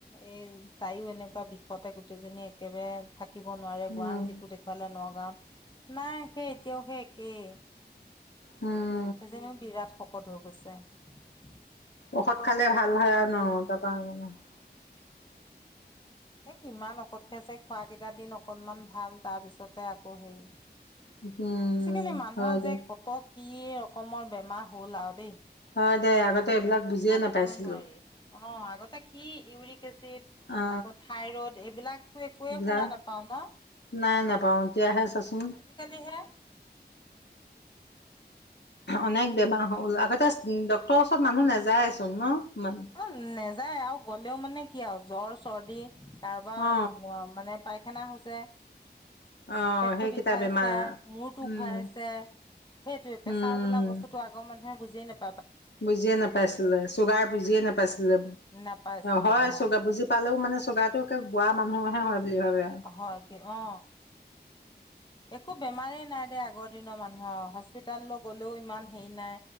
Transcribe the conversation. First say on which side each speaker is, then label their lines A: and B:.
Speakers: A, on the left (about 25°); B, on the left (about 90°).
A: এই তাইও এনেকুৱা বিষতে গোটেইজনী একেবাৰে থাকিব নোৱাৰে
B: উম
A: গুৱাহাটীতো দেখুৱালে, নগাঁৱত নাই সেই এতিয়াও সেই একেই।
B: হম
A: সেইজনীয়ো বিৰাট শকত হৈ গৈছে।
B: ঔষধ খালে ভাল হয়, আৰু ন। তাপা <unintelligible>
A: এ, কিমান ঔষধ খাইছে, খোৱা কেইটাদিন অকনমান ভাল তাৰপিছতে আকৌ হেৰি।
B: উম,
A: আজিকালি মানুহৰ
B: হয়, দে
A: যে কত কি ৰকমৰ বেমাৰ হ'ল আৰু দেই।
B: হয় দে আগতে এইবিলাক বুজিয়ে
A: ভাবিবই
B: নাপাইছিলো
A: নোৱাৰি অ' আগতে কি ইউৰিক এচিড,
B: অ
A: আগতে থাইৰইড এইবিলাকতো একোৱে
B: এইবিলাক
A: শুনা নাপাওঁ ন।
B: নাই নাপাও এতিয়াহে চাচোন
A: আজিকালি হে
B: অনেক বেমাৰ হ'ল আগতে ডক্তৰৰ ওচৰত মানুহ নাযায়চোন ন। ইমান
A: অ নেজ নেযায় আৰু গ'লেও মানে কি আৰু জ্বৰ চৰ্দি কাৰোবাৰ
B: অ
A: মানে পাইখানা হৈছে।
B: অ
A: পেটটো
B: সেইকেইটা
A: বিষাইছে
B: বেমাৰ
A: মূৰটো
B: উম
A: ঘুৱাইছে সেইটোৱে প্ৰেছাৰ
B: উম
A: বোলা বস্তুটো আগৰ মানুহে বুজি নেপায়।
B: বুজিয়ে নাপাইছিলে চুগাৰ বুজিয়ে নোপাইছিল।
A: নাপাইছিলে
B: হয়
A: অ
B: চুগাৰ বুজি পালেও মানে চুগাটো একে বুঢ়া মানুহৰ হে হয়। বুলি ভাবে আৰু।
A: হ কি অ একো বেমাৰেই নাই দে আগত। দিনৰ মানুহ হস্পিতাললৈ গ'লেও ইমান হেৰি নাই।